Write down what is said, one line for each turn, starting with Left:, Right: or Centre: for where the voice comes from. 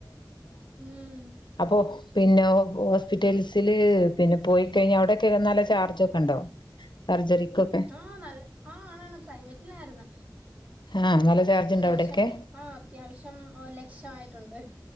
Right: ഉം.
Left: അപ്പോ പിന്നെ ഹൊ ഹോസ്പിറ്റൽസില് പിന്നെ പോയി കഴിഞ്ഞാ അവിടെക്കെ നല്ല ചാർജൊക്കെണ്ടോ? സർജറിക്കൊക്കെ
Right: ആഹ് നല്ല ആ അതാണ്‌ പ്രൈവറ്റിലായിരുന്ന്
Left: ആഹ് നല്ല ചാർജ്
Right: അത്യാവശ്യം
Left: ഉണ്ടോ അവിടെയൊക്കെ
Right: ആ അത്യാവശ്യം ഒര് ലക്ഷമായിട്ടുണ്ട്